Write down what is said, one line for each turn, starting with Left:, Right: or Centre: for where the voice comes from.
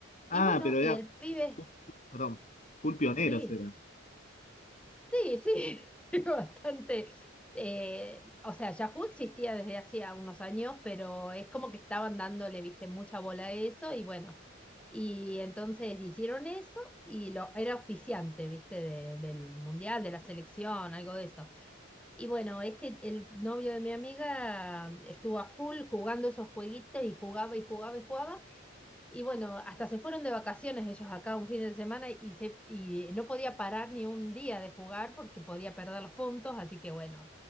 Left: Ah,
Centre: Y bueno,
Left: pero
Centre: y
Left: ya,
Centre: el pibe,
Left: fu- fu- perdón, full pioneros
Centre: sí.
Left: era.
Centre: Sí, sí, <laughs> bastante. eh, o sea, Yahoo existía desde hacía unos años, pero es como que estaban dándole, viste, mucha bola a eso y bueno, y entonces hicieron eso y lo, era auspiciante, viste, de- del mundial, de la selección, algo de eso. Y bueno, este, el novio de mi amiga estuvo a full jugando esos jueguitos y jugaba y jugaba y jugaba. Y bueno, hasta se fueron de vacaciones ellos acá un fin de semana y, se, y no podía parar ni un día de jugar porque podía perder los puntos, así que bueno,